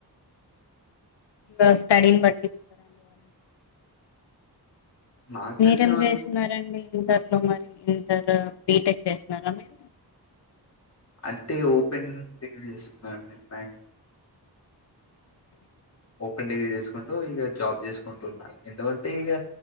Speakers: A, on the left (about 80°); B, on the left (about 40°).
A: ఇకా స్టడీని బట్టి ఇస్తరండి వాళ్ళు
B: నాకు
A: మీరేమ్
B: తెలిసిన
A: చేసినారండి ఇంటర్ లో మరి ఇంటర్ బీటెక్ చేసినారా మీరు
B: అంటే ఓపెన్ డిగ్రీ చేస్తున్నాండి మ్యాగ ఓపెన్ డిగ్రీ చేసుకుంట ఇక జాబ్ చేసుకుంటున్న ఎందుకంటే ఇక